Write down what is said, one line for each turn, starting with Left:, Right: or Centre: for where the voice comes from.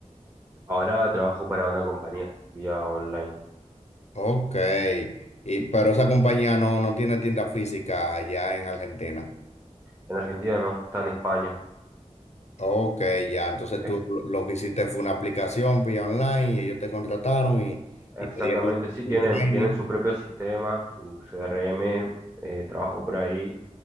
Right: Ahora trabajo para una compañía vía online.
Left: Ok, y, pero esa compañía no, no tiene tienda física allá en Argentina.
Right: En Argentina no, está en España.
Left: Ok, ya, entonces
Right: Es-
Left: tú lo lo que hiciste fue una aplicación vía online y ellos te contrataron y,
Right: Exactamente,
Left: y te dieron
Right: sí,
Left: un
Right: tienen,
Left: training.
Right: tienen su propio sistema, su CRM, eh, trabajo por ahí